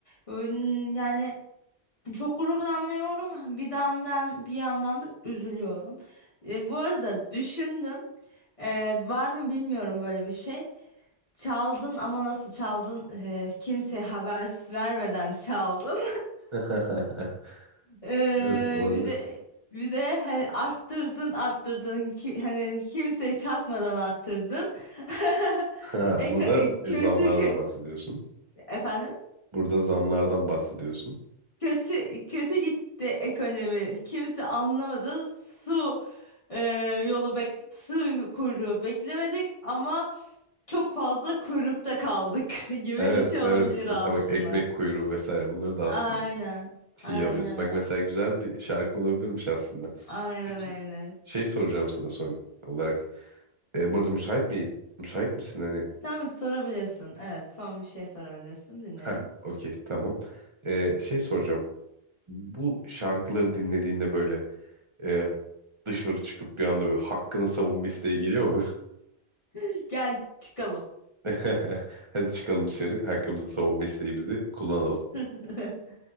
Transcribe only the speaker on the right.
<laughs>
Evet olabilir.
Ha,
burada
zamlardan
bahsediyorsun.
Burada zamlardan bahsediyorsun.
Evet
evet.
Mesela
bak ekmek kuyruğu vesaire bunları da
aslında tiye
alıyorsun. Bak mesela
güzel bir şarkı olabilirmiş aslında.
Peki
şey soracağım sana son olarak. Ee, burada müsait mi? Müsait misin hani?
Ha, okey tamam. Ee, şey soracağım. Bu şarkıları dinlediğinde böyle e, dışarı çıkıp bir anda böyle hakkını savunma isteği geliyor
<laughs> Hadi çıkalım dışarı. Hakkımızı savunma isteğimizi kullanalım.